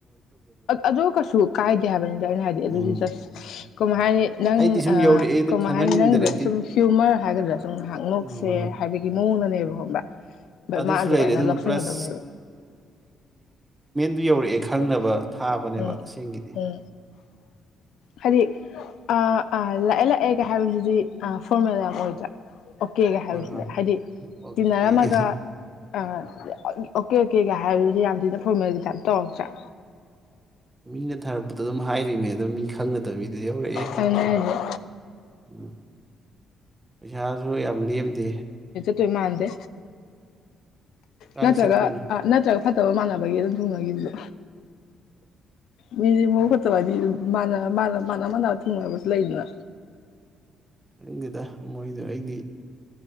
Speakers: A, on the left (about 75°); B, on the right (about 15°).
A: ꯑꯗꯨ ꯀꯩꯁꯨ ꯀꯥꯏꯗꯦ ꯍꯥꯏꯕꯅꯤꯗ ꯑꯩꯅ ꯍꯥꯏꯗꯤ
B: ꯎꯝ
A: ꯑꯗꯨꯗꯤ ꯖꯁ ꯀꯃꯥꯏ ꯍꯥꯏꯅꯤ ꯅꯪ
B: ꯑꯩꯗꯤ ꯁꯨꯝ
A: ꯑ
B: ꯌꯧꯔꯛꯑꯦ ꯑꯗꯨ
A: ꯀꯃꯥꯏ
B: ꯈꯪꯍꯟꯅꯤꯡꯗꯅ
A: ꯍꯥꯏꯅꯤ ꯅꯪꯗ
B: ꯑꯩꯗꯤ
A: ꯁꯨꯝ ꯍ꯭ꯌꯨꯃꯔ ꯍꯥꯏꯒꯗ꯭ꯔꯥ ꯁꯨꯝ ꯉꯥꯏꯍꯥꯛ ꯅ‌ꯣꯛꯁꯦ
B: ꯎꯝ
A: ꯍꯥꯏꯕꯒꯤ ꯃꯑꯣꯡꯗꯅꯦꯕ ꯈꯪꯕ
B: ꯑꯗꯨꯁꯨ
A: ꯃꯥ ꯑꯗꯨꯃꯥꯏꯅ
B: ꯂꯩꯔꯦ ꯑꯗꯨꯒ
A: ꯂꯧꯁꯟꯒꯗꯕꯅꯦꯕ
B: ꯄ꯭ꯂꯁ ꯌꯩꯔꯛꯑꯦ ꯈꯪꯅꯕ ꯊꯥꯕꯅꯦꯕ
A: ꯎꯝ
B: ꯑꯁ‌ꯦꯡꯀꯤꯗꯤ
A: ꯎꯝ ꯍꯥꯏꯗꯤ ꯑ ꯑ ꯂꯥꯛꯑꯦ ꯂꯥꯛꯑꯦꯒ ꯍꯥꯏꯕꯁꯤꯗꯤ ꯐꯣꯔꯃꯦꯜ ꯌꯥꯝ ꯑꯣꯏ <unintelligible> ꯑꯣꯀꯦꯒ ꯍꯥꯏꯕꯁꯤꯗ
B: ꯍꯣꯏ ꯍꯣꯏ
A: ꯍꯥꯏꯗꯤ
B: ꯑꯣꯀꯦ
A: ꯇꯤꯟꯅꯔꯝꯃꯒ ꯑ ꯑꯣꯀꯦ ꯀꯩꯀꯥ ꯍꯥꯏꯕꯗꯨꯗꯤ ꯌꯥꯝ ꯊꯤꯅ ꯐ‌ꯣꯔꯃꯦꯜꯒꯤ ꯇꯥꯏꯞ ꯇꯧꯔꯛ ꯇꯔ
B: ꯃꯤꯅ ꯊꯥꯔꯛꯄꯗ ꯑꯗꯨꯝ ꯍꯥꯏꯔꯤꯅꯦ ꯑꯗꯨꯝ ꯃꯤ ꯈꯪꯒꯗꯕꯤꯗ ꯑꯗꯨ ꯌꯧꯔꯛꯑꯦ ꯑꯣꯀꯦ
A: ꯑꯗꯨꯅ ꯍꯥꯏꯁꯦ
B: ꯎ ꯄꯩꯁꯥꯁꯨ ꯌꯥꯝ ꯂ‌ꯦꯝꯗꯦ
A: ꯇꯨꯏ ꯃꯥꯥꯟꯗꯦ
B: ꯀꯥꯏ
A: ꯅꯠꯇ꯭ꯔꯒ
B: ꯆꯠꯇꯣꯏꯅꯣ
A: ꯑ ꯅꯠꯇ꯭ꯔꯒ ꯐꯠꯇꯕ ꯃꯥꯟꯅꯕꯒꯤ ꯑꯗꯨꯝ ꯊꯨꯡꯅꯈꯤꯕꯗꯣ ꯃꯤꯁꯦ ꯃꯕꯨꯛ ꯐꯠꯇꯕ ꯍꯥꯏꯗꯤ ꯃꯥꯟꯅ ꯃꯥꯟꯅꯕ ꯊꯨꯡꯅꯕꯁꯨ ꯂꯩꯗꯅ
B: ꯈꯪꯗ‌ꯦꯗ ꯃꯣꯏꯗ ꯑꯩꯗꯤ